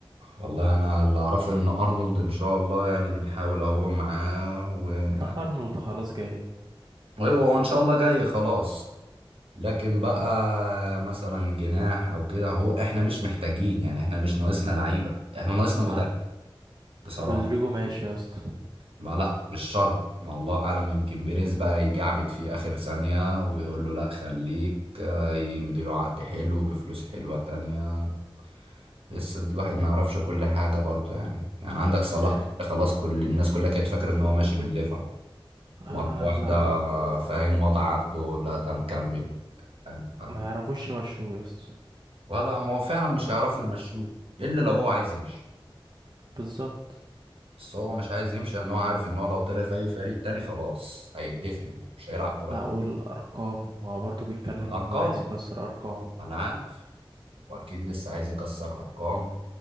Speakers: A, on the right; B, on the right.
A: والله انا اللي اعرفه ان ارنولد ان شاء الله يعني بنحاول اهو معاه و...
B: لا أرنولد خلاص جاي
A: ايوه هو ان شاء الله جاي خلاص لكن بقى مثلا جناح او كده هو احنا مش محتاجين يعني احنا مش ناقصنا لعيبة احنا ناقصنا مدرب
B: لا
A: بصراحة
B: رودريجو ماشي يا اسطى <laughs>
A: ما لا مش شرط ما الله اعلم يمكن بيريز بقى يجعبد فيه اخر ثانية ويقول له لا خليك آه، يمديله عقد حلو بفلوس حلوة تانية لسه الواحد ما يعرفش كل حاجة برضو يعني يعني عندك صلاح
B: التاني.
A: ده خلاص كل الناس كلها كانت فاكرة ان هو ماشي من ليفر
B: اه
A: مرة واحدة
B: لا
A: آه، فاهم مضى عقده لا ده مكمل فاهم فاهم
B: ما يعرفوش يمشوه يا اسطى
A: ولا ما هو فعلا مش هيعرف يمشوه الا لو هو عايز يمشي
B: بالظبط
A: بس هو مش عايز يمشي لان هو عارف ان هو لو طلع في اي فريق تاني خلاص هيتدفن مش هيلعب كرة
B: لا
A: تانية
B: والأرقام هو برضه بيتكلم
A: والارقام
B: إنه عايز يكسر أرقام
A: ما انا عارف واكيد لسه عايز يكسر ارقام